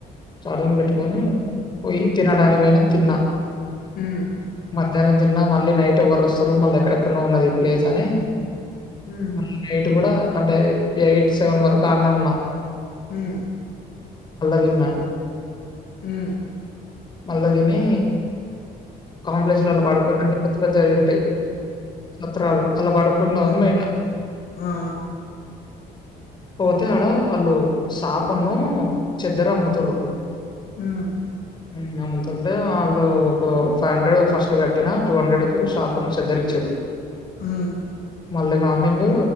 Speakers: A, on the left; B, on the left.
A: ఛార్జింగ్ పెట్టుకొని పోయి తినడానికి పోయినా తిన్నా
B: ఉమ్,
A: మధ్యాహ్నం తిన్న మళ్ళీ నైట్ ఎవరు వస్తారు మళ్ళీ ఎక్కడెక్కడ ఉన్నది ఈ ప్లేస్ అని
B: ఉమ్,
A: నట్ కూడా అంటే ఎయిట్ సెవెన్ వరకు ఆనే ఉన్నా
B: ఉ
A: విన్న
B: ఉ
A: మళ్ళా దీని కాంప్లెక్స్ లల్లో పడుకు అంటే కొత్త కొత్త అవి ఉంటాయి. పత్రాలు అలా పడుకుందాం
B: ఆ
A: అని పోయిన
B: ఆ,
A: పోతే ఆడ ఆళ్ళు సాపున్ను చెద్దరమ్ముతురు
B: ఉమ్,
A: ఉ అమ్ముతుంటే వాళ్ళు ఒక ఫైవ్ హండ్రెడ్ ఫస్ట్ కట్ ట్టినా టూ హండ్రెడ్ కు షాప్ ను సెద్ధరిచ్చిరు
B: ఆ
A: మళ్ళీ మార్నింగ్